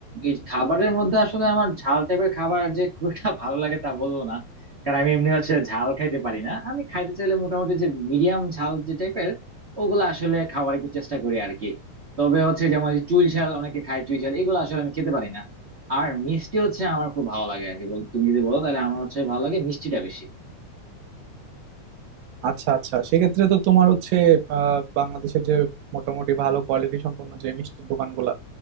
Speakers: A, on the right (about 40°); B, on the right (about 80°).
A: এই খাবারের মধ্যে আসলে আমার ঝাল টাইপের খাবার আর যে খুব একটা ভালো লাগে তা বলবো না কারণ আমি এমনি হচ্ছে ঝাল খাইতে পারি না আমি খাইতে চাইলে মোটামুটি যে মিডিয়াম ঝাল যে টাইপের ওগুলো আসলে খাওয়ার একটু চেষ্টা করি আর কি তবে হচ্ছে যেমন যে চুই ঝাল অনেকে খায় চুই ঝাল এগুলো আসলে আমি খেতে পারি না আর মিষ্টি হচ্ছে আমার খুব ভালো লাগে আর কি বল- তুমি যদি বলো তাহলে আমার হচ্ছে ভালো লাগে মিষ্টিটা বেশি
B: আচ্ছা আচ্ছা সেক্ষেত্রে তো তোমার হচ্ছে আহ বাংলাদেশের যে মোটামুটি ভালো কোয়ালিটি সম্পন্ন যে মিষ্টির দোকানগুলা